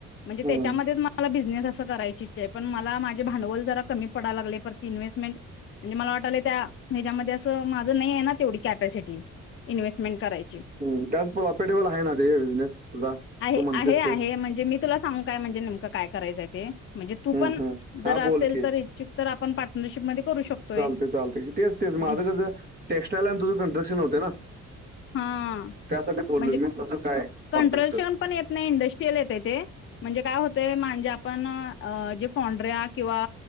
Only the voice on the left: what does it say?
म्हणजे
त्याच्यामध्येच मला बिझनेस असं करायची ई चा आहे पण मला माझे भांडवल जरा कमी पडा लागलय, परत इन्व्हेसमेंट म्हणजे मला वाटालय त्या ह्याच्यामध्ये अस ते माझ नाही आहे ना तेवडी. कॅपॅसिटी इन्हेसमेंट कराय
आहे
आहे आहे
म्हणजे मी तुला सांगू काय म्हणजे नेमकं काय करायचंय ते. म्हणजे तू
पण
जर
असेल
तर इच्छुक. तर आपण पार्टनरशिपमध्ये. करू शकतोय.
म्हणजे
हा
म्हणजे
कंट्रोलशन पण येत नाही इंडस्ट्रियल येते ते म्हणजे काय होतंय म्हंजे आपण जे फोंड्रया किंवा